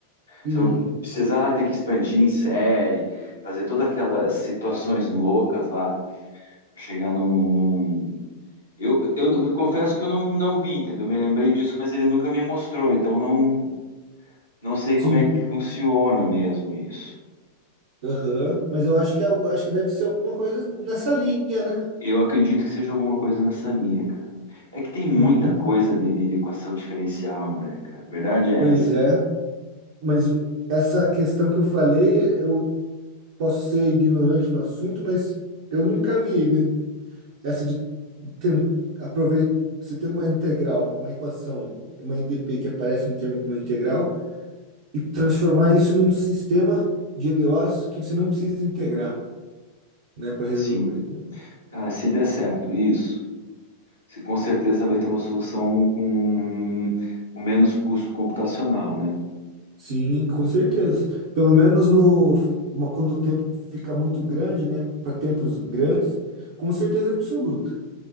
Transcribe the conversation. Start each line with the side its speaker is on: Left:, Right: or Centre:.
Right: Sim,
Left: Você não precisar ter que expandir em série, fazer todas aquelas situações loucas lá, pra chegar num, num- num- Eu, eu não- confesso que eu não, não vi, entendeu? Me lembrei disso, mas ele nunca me mostrou, então não, não sei como
Right: sim,
Left: é que funciona mesmo isso.
Right: Aham, Mas eu acho que, é algo- acho que deve ser alguma coisa nessa linha, né?
Left: Eu acredito que seja alguma coisa nessa linha, cara. É que tem muita
Right: Uhum.
Left: coisa de, de- de equação diferencial, né, cara? A verdade é
Right: Pois
Left: essa.
Right: é. Mas o- essa questão que eu falei, eu posso ser ignorante no assunto, mas eu nunca vi, né? Essa de ten- aproveitar. Você tem uma integral, uma equação, uma IDP que aparece um termo como uma integral, e transformar isso num sistema de EDOs que você não precisa integrar, né, para resolver.
Left: Sim. Cara, se der certo isso, se com certeza vai ter uma solução com, com menos custo computacional, né?
Right: Sim, com certeza. Pelo menos no, uma- quando o tempo fica muito grande, né? Para tempos grandes, com certeza absoluta.